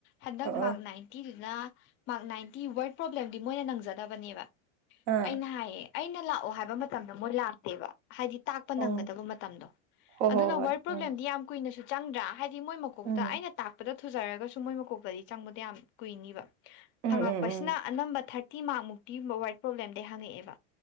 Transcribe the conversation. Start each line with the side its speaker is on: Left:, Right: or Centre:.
Left: ꯍꯟꯗꯛ
Right: ꯑ
Left: ꯃꯥꯔꯛ
Right: ꯑꯥ
Left: ꯅꯥꯏꯟꯇꯤꯗꯨꯅ ꯃꯥꯔꯛ ꯅꯥꯏꯟꯇꯤ ꯋꯥꯔꯗ ꯄ꯭ꯔꯣꯕ꯭ꯂꯦꯝꯗꯤ ꯃꯣꯏꯅ ꯅꯪꯖꯗꯕꯅꯦꯕ
Right: ꯑꯥ
Left: ꯑꯩꯅ ꯍꯥꯏꯌꯦ ꯑꯩꯅ ꯂꯥꯛ ꯑꯣ ꯍꯥꯏꯕ ꯃꯇꯝꯗ ꯃꯣꯏ ꯂꯥꯛꯇꯦꯕ ꯍꯥꯏꯗꯤ ꯇꯥꯛꯄ ꯅꯪꯒꯗꯕ
Right: ꯑꯣ
Left: ꯃꯇꯝꯗꯣ
Right: ꯍꯣ
Left: ꯑꯗꯨꯅ
Right: ꯍꯣ ꯍꯣꯏ
Left: ꯋꯥ ꯄ꯭ꯔꯣꯕ꯭ꯂꯦꯝꯗꯤ
Right: ꯎꯝ
Left: ꯌꯥꯝ ꯀꯨꯏꯅꯁꯨ ꯆꯪꯗ꯭ꯔꯥ ꯍꯥꯏꯗꯤ ꯃꯣꯏ ꯃꯀꯣꯛꯇ
Right: ꯎꯝ
Left: ꯑꯩꯅ ꯇꯥꯛꯄꯗ ꯊꯨꯖꯔꯒꯁꯨ ꯃꯣꯏ ꯃꯀꯣꯛꯇꯗꯤ ꯆꯪꯕꯗ ꯌꯥꯝ ꯀꯨꯏꯅꯤꯕ
Right: ꯎꯝ
Left: ꯍꯪꯉꯛꯄꯁꯤꯅ
Right: ꯎꯝ ꯎꯝ
Left: ꯑꯅꯝꯕ ꯊꯥꯔꯇꯤ ꯃꯥꯔꯛ ꯃꯨꯛꯇꯤꯒꯨꯝꯕ ꯋꯥꯔꯠ ꯄ꯭ꯔꯣꯕ꯭ꯂꯦꯝꯗꯩ ꯍꯪꯉꯛꯑꯦꯕ